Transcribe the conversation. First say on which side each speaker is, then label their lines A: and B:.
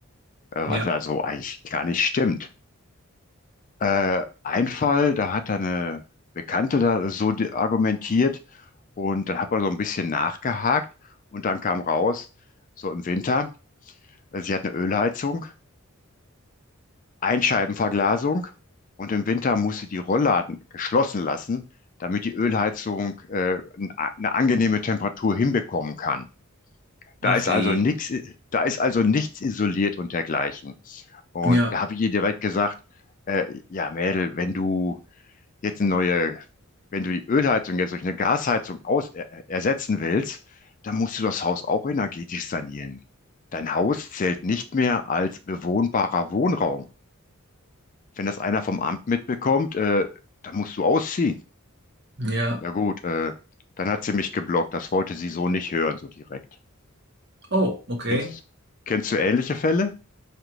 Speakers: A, on the left; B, on the right.
A: äh,
B: Ja,
A: was also eigentlich gar nicht stimmt. Äh, ein Fall, da hat eine Bekannte da so de- argumentiert und dann hat man so ein bisschen nachgehakt und dann kam raus, so im Winter, äh, sie hat eine Ölheizung, Einscheibenverglasung und im Winter muss sie die Rollladen geschlossen lassen, damit die Ölheizung äh, n- a- eine angenehme Temperatur hinbekommen kann. Da
B: ach
A: ist
B: hey.
A: also nichts, da ist also nichts isoliert und dergleichen. Und
B: Ja,
A: da habe ich ihr direkt gesagt, äh, ja, Mädel, wenn du jetzt eine neue, wenn du die Ölheizung jetzt durch eine Gasheizung aus, er, ersetzen willst, dann musst du das Haus auch energetisch sanieren. Dein Haus zählt nicht mehr als bewohnbarer Wohnraum. Wenn das einer vom Amt mitbekommt, äh, dann musst du ausziehen.
B: ja.
A: Ja gut, äh, dann hat sie mich geblockt. Das wollte sie so nicht hören, so direkt.
B: Oh, okay.
A: Kennst, kennst du ähnliche Fälle?